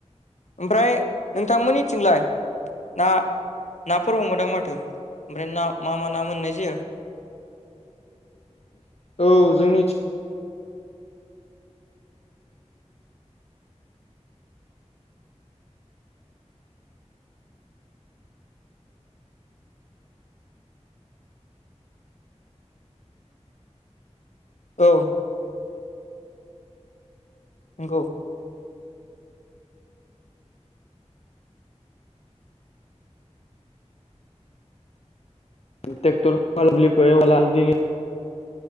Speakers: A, on the left; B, on the left.
A: ओमफ्राय नोंथांमोननिथिंलाय ना नाफोर हमोदां माथो ओमफ्राय ना मा मा ना मोननाय जायो
B: औ जोंनि
A: औ नोंगौ
B: ट्रेक्टरालुलि <unintelligible>